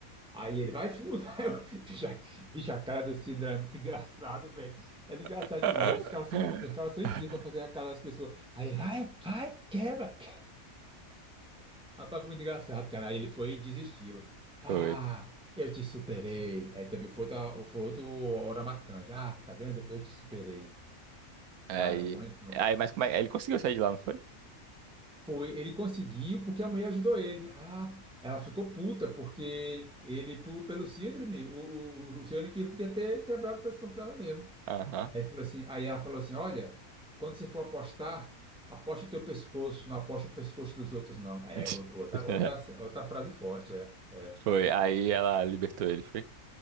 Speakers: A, in the centre; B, on the right.
A: Aí ele vai fundo. <laughs> Aí eu, bicho, bicho, a cara do Sidra é muito engraçado, velho. É engraçado
B: <laughs>
A: demais. Os caras são, os caras são incríveis pra fazer a cara das pessoas. Aí ele vai, vai, quebra. <laughs> Rapaz, foi muito engraçado, cara. Aí ele foi e desistiu.
B: Foi.
A: Ah, eu te superei. Aí também foi outra, foi outra hora marcante. Ah, tá vendo? Eu te superei.
B: Aí.
A: Cara, muito.
B: Aí, mas como é? Ele conseguiu sair de lá, não foi?
A: Foi, ele conseguiu porque a mulher ajudou ele. Ah, ela ficou puta porque ele, por- pelo síndrome, o, o, o senhor que podia ter quebrado o pescoço dela mesmo.
B: Aham.
A: Aí, ele falou assim, aí ela falou assim: Olha, quando você for apostar, aposta o teu pescoço, não aposta o pescoço dos outros, não. É
B: <laughs>
A: outra, outra, outra frase forte, é. é.
B: Foi. Aí ela libertou ele, foi?